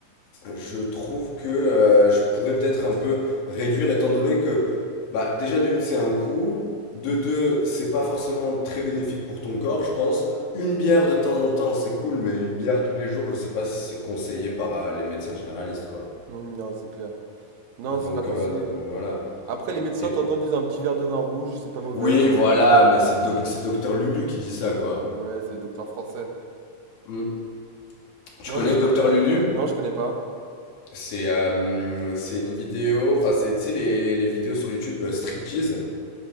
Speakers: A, on the left; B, on the right.
A: je trouve que euh, je pourrais peut-être un peu réduire étant donné que bah, déjà de une c'est un coût, de deux c'est pas forcément très bénéfique pour ton corps, je pense. Une bière de temps en temps c'est cool, mais une bière tous les jours je sais pas si c'est conseillé par euh, les médecins généralistes quoi.
B: Mhm, non, c'est clair. Non,
A: Donc,
B: c'est pas conseillé.
A: euh, donc voilà.
B: Après, les médecins
A: Et
B: t'entendent
A: puis-
B: disent un petit verre de vin rouge, c'est pas mauvais,
A: oui
B: c'est
A: voilà,
B: du raisin.
A: mais c'est doc- c'est docteur Lulu qui dit ça quoi.
B: Mmh, Ouais, c'est le docteur français.
A: Hmm. Tu
B: Non,
A: connais
B: mais je...
A: le docteur Lulu?
B: Non, je connais pas.
A: C'est euh, c'est une vidéo, enfin c'est tu sais les, les vidéos sur YouTube euh, striptease.